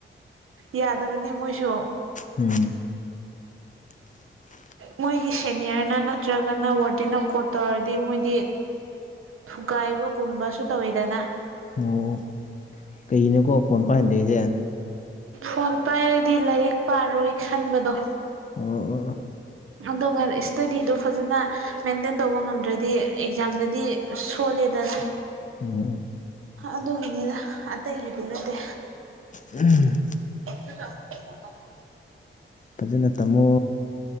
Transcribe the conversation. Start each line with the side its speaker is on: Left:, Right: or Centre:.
Right: ꯌꯥꯗꯕꯅꯦ ꯃꯣꯏꯁꯨ
Left: ꯎꯝ ꯎꯝ <inaudible>
Right: ꯃꯣꯏꯒꯤ ꯁꯦꯅꯤꯌꯔꯅ ꯅꯠꯇ꯭ꯔꯒꯅ ꯋꯥꯔꯗꯦꯟꯅ ꯀꯣꯠ ꯇꯧꯔꯗꯤ ꯃꯣꯏꯗꯤ ꯊꯨꯒꯥꯏꯕꯒꯨꯝꯕꯁꯨ ꯇꯧꯋꯤꯗꯅ
Left: ꯑꯣ ꯑꯣ ꯀꯩꯒꯤꯅꯤꯀꯣ ꯐꯣꯟ ꯄꯥꯏꯍꯟꯗꯔꯤꯁꯦ
Right: ꯐꯣꯟ ꯄꯥꯏꯔꯗꯤ ꯂꯥꯏꯔꯤꯛ ꯄꯥꯔꯣꯏ ꯈꯟꯕꯗꯣ
Left: ꯑꯣ
Right: ꯑꯗꯨꯒ ꯏꯁꯇꯗꯤꯗꯣ ꯐꯖꯅ ꯃꯦꯟꯇꯦꯟ ꯇꯧꯕ ꯉꯝꯗ꯭ꯔꯗꯤ ꯑꯦꯛꯖꯥꯝꯗꯗꯤ ꯁꯣꯜꯂꯦꯗꯅ
Left: ꯎꯝ ꯎꯝ
Right: ꯑꯗꯨꯒꯤꯅꯦꯗ ꯑꯇꯩꯒꯤꯗꯤ ꯅꯠꯇꯦ
Left: ꯎꯝ
Right: <unintelligible>
Left: ꯐꯖꯅ ꯇꯝꯃꯣ